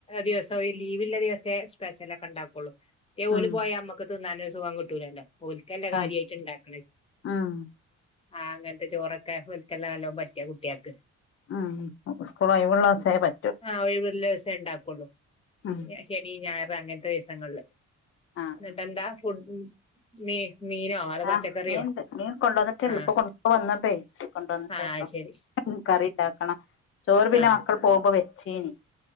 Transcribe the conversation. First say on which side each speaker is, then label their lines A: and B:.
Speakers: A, on the left; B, on the left.
A: ദിവസം ലീവില്ല ദിവസേ സ്പെഷ്യല ഒക്കെ ഇണ്ടാക്കുള്ളൂ ഈ ഓല്
B: ഉം
A: പോയാ നമ്മുക്ക് തിന്നാണ് ന്നൊരു സുഖം കിട്ടൂലല്ലോ ഓല് കല്ലേ കാര്യായിട്ട്
B: ആഹ്
A: ഉണ്ടാക്കണ
B: ഉം
A: ആഹ് അങ്ങനത്തെ ചോറൊക്കെ ഒല്ക്കല്ല നല്ലോ പറ്റ കുട്ടിൾക്ക്
B: ആഹ് സ്കൂളയിവിള്ള സേ പ
A: ആഹ് ഒഴിവില്ല ദിസേ ഇണ്ടാക്കുള്ളൂ
B: ഉം
A: ശനി ഞായറ് അങ്ങനത്തെ ദിവസങ്ങളില്
B: ആഹ്
A: എന്നിട്ടെന്താ ഫു മീ മീനോ അതോ
B: ആ
A: പച്ചക്കറിയോ
B: മിനീണ്ട് മീൻ കൊണ്ടുവന്നിട്ടേള്ളു,
A: ആഹ്
B: ഇപ്പൊ കൊണ്ട് വന്ന പേ കൊണ്ട് വന്നിട്ടേള്ളൂ.
A: ആഹ് ശരി
B: ഉം കറി ഉണ്ടാക്കണം ചോറ് പിന്നെ
A: ആഹ്
B: മക്കൾ പോകുമ്പോ വെച്ചീന്.